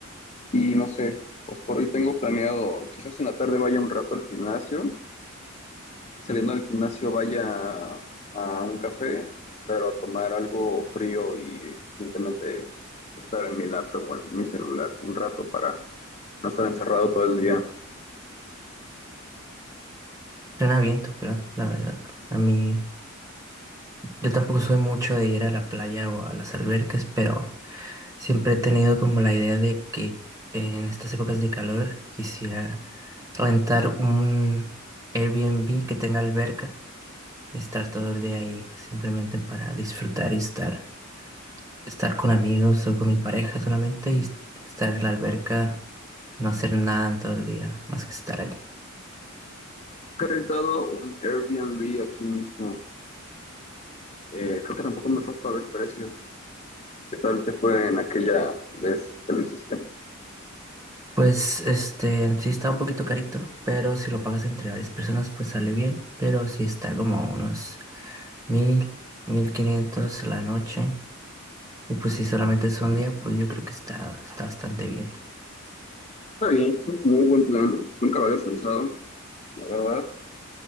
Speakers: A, on the left (about 30°); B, on the right (about 15°).
A: Y no sé, pues por hoy tengo planeado, quizás en la tarde vaya un rato al gimnasio, saliendo del gimnasio vaya a un café, pero a tomar algo frío y simplemente estar en mi laptop o en mi celular un rato para no estar encerrado todo el día.
B: Suena bien tu plan, la verdad. A mí, yo tampoco soy mucho de ir a la playa o a las albercas, pero siempre he tenido como la idea de que en estas épocas de calor quisiera rentar un Airbnb que tenga alberca y estar todo el día ahí simplemente para disfrutar y estar. estar con amigos o con mi pareja solamente y est- estar en la alberca, no hacer nada en todo el día, más que estar ahí.
A: Que he rentado un Airbnb aquí mismo. Eh, creo que tampoco me he puesto a ver precios. ¿Qué tal te fue en aquella vez que lo hiciste?
B: Pues este, sí está un poquito carito, pero si lo pagas entre varias personas, pues sale bien, pero sí está como unos mil, mil quinientos la noche. Y pues si solamente es un día, pues yo creo que está, está bastante bien.
A: Está bien, es un muy buen plan. Nunca lo había pensado, la verdad.